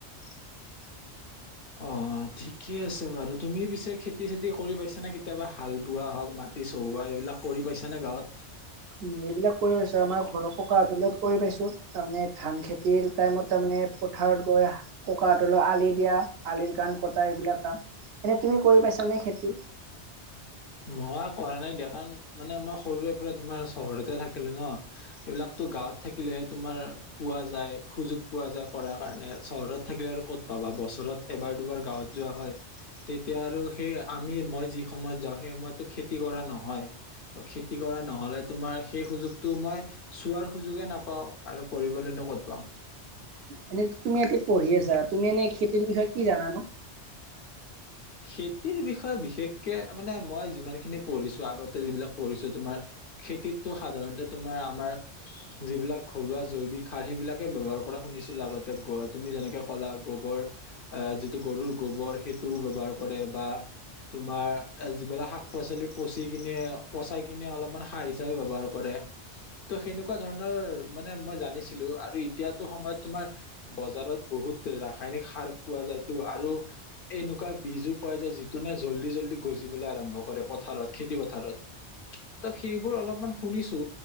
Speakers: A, on the left (about 55°); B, on the right (about 65°).
A: <unintelligible> অ, ঠিকে আছে বাৰু তুমি পিছে খেতি-চেতি কৰি পাইছাানে কেতিয়াবা হাল বোৱা হওক মাটি চহো? এইবিলাক কৰি পাইছাঁ নে গাঁৱত? <unintelligible>
B: উম, এইবিলাক কৰি পাইছো আমাৰ ঘৰৰ ককা হতৰ লগত কৰি পাইছো তাৰমানে ধান খেতিৰ টাইমত তাৰমানে মে পথাৰত গৈ ককাহতৰ আলি দিয়া আলিৰ কাণ কটা এইবিলাক কাম। এনে তুমি কৰি পাইছানে খেতি
A: মই কৰা নাই দিয়া কাৰণ মানে মই সৰুৰে পৰা তোমাৰ চহৰতে থাকিলো ন এইবিলাকতো গাঁৱত থাকি থাকিলহে তোমাৰ পোৱা যায় সুযোগ পোৱা যায় কৰাৰ কাৰণে চহৰত থাকিলে আৰু ক'ত পাবা বছৰত এবাৰ দুবাৰ গাঁৱত যোৱা হয় তেতিয়া আৰু সেই আমি মই যি সময়ত যাওঁ সেই সময়তো খেতি কৰা নহয় ত খেতি কৰা নহয় নহ'লে তোমাৰ সেই সুযোগটো মই চোৱাৰ সুযোগে নাপাওঁ আৰু কৰিবলৈনো ক'ত পাম
B: এনেই তুমি এতিয়া পঢ়ি আছা। তুমি এনেই খেতিৰ বিষয়ে কি জানানো?
A: খেতিৰ বিষয়ে বিশেষকে মানে মই যিমান খিনি পঢ়িছো আগতে যিবিলাক পঢ়িছো তোমাৰ খেতিতটো সাধাৰণতে তোমাৰ আমাৰ যিবিলাক ঘৰুৱা জৈৱিক সাৰ সেইবিলাকে ব্যৱহাৰ কৰা শুনিছিলো আগতে। তুমি যেনেকে ক'লা গোবৰ যিটো গৰুৰ গোবৰ সেইটোও ব্যৱহাৰ কৰে বা তোমাৰ যিবিলাক শাক পাচলি পচি কিনে পচাই কিনে অলপমান সাৰ হিচাপে ব্যৱহাৰ কৰে ত' সেনেকুৱা ধৰণৰ মানে মই জানিছিলো। আৰু এতিয়াতো সময়ত তোমাৰ বজাৰত বহুত ৰাসায়নিক সাৰ পোৱা যায়তো, আৰু এনেকুৱা বীজও পোৱা যায় যিটোনে জল্দি জল্দি গজিবলৈ আৰম্ভ কৰে পথাৰত খেতি পথাৰত ত' সেইবোৰ অলপমান শুনিছো।